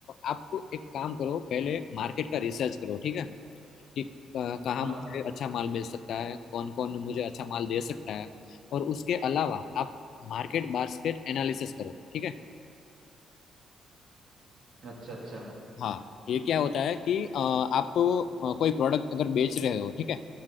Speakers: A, on the left; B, on the right.
A: आप एक काम करो पहले मार्केट का रिसर्च करो ठीक है कि अ, कहाँ
B: हाँ
A: मुझे अच्छा माल मिल सकता है कौन कौन मुझे अच्छा माल दे सकता है और उसके अलावा आप मार्केट बास्केट एनालिसिस करो ठीक है
B: अच्छा अच्छा
A: हाँ ये क्या होता है कि अ, आप अ, कोई प्रोडक्ट अगर बेच रहे हो ठीक है